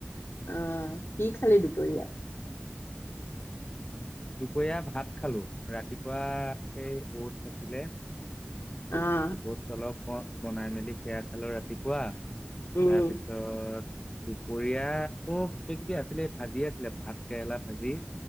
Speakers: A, on the left; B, on the left.
A: অ' কি খালি দুপৰীয়া?
B: দুপৰীয়া ভাত খালোঁ, ৰাতিপুৱা সেই অটছ আছিলে।
A: অ।
B: অ'টচ অলপ বনাই মেলি সেয়া খালোঁ ৰাতিপুৱা
A: উম
B: তাৰপিছত পিছত দুপৰীয়া আকৌ কিবা কিবি আছিলে, ভাজি আছিলে, ভাত কেৰেলা ভাজি।